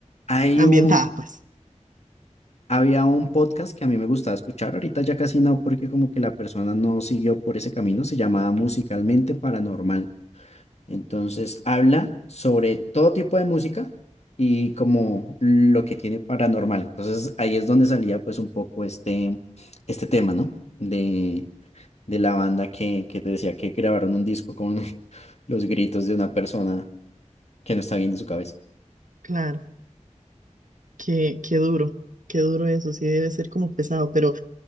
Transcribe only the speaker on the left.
hay
un,
había un podcast que a mí me gustaba escuchar, ahorita ya casi no, porque como que la persona no siguió por ese camino, se llamaba Musicalmente Paranormal. Entonces habla sobre todo tipo de música y como lo que tiene paranormal. Entonces ahí es donde salía pues un poco este, este tema, ¿no? De, de la banda que, que te decía que grabaron un disco con, los gritos de una persona que no está bien de su cabeza.